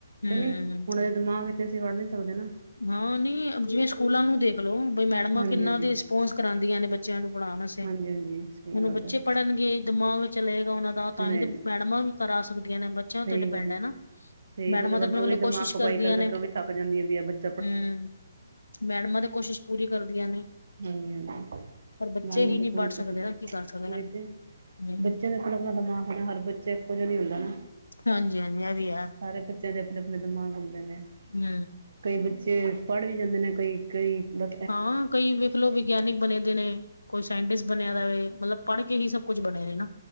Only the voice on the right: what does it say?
ਤੇ ਨਹੀਂ ਹੁਣ ਦੇ ਦਿਮਾਗ। ਤੇ ਅਸੀਂ, ਵੜ ਨਹੀਂ ਸਕਦੇ ਨਾ।
ਹਾਂਜੀ
ਹਾਂਜੀ
ਹਾਂਜੀ ਹਾਂਜੀ ਸਹੀ
ਗੱਲ
ਹੈ
ਨਹੀਂ
ਨਹੀਂ
ਸਹੀ
ਗੱਲ
ਸਹੀ
ਗੱਲ ਵਰਨਾ
ਉਹ
ਵੀ
ਦਿਮਾਗ ਖਪਾਈ
ਕਰ ਕਰਕੇ
ਉਹ ਵੀ ਥੱਕ ਜਾਂਦੀ ਹੈ, ਵੀ ਆ ਬੱਚ
ਹਾਂਜੀ ਹਾਂਜੀ
ਮੈਡਮਾਂ
ਤਾਂ
ਪੂਰੀ
ਕੋਸ਼ਿਸ਼
ਉਹੀ
ਤੇ ਬੱਚਿਆਂ ਦੇ ਆਪਣਾ ਦਿਮਾਗ ਨਾ। ਹਰ ਬੱਚੇ ਇੱਕੋ, ਜਿਹਾ ਨਹੀਂ ਹੁੰਦਾ ਨਾ।
ਸਾਰੇ ਬੱਚਿਆਂ ਦੇ, ਆਪਣੇ- ਆਪਣੇ ਦਿਮਾਗ ਹੁੰਦੇ ਨੇ।
ਕਈ ਬੱਚੇ ਪੜ ਵੀ, ਜਾਂਦੇ ਨੇ ਕਈ। ਕਈ ਬ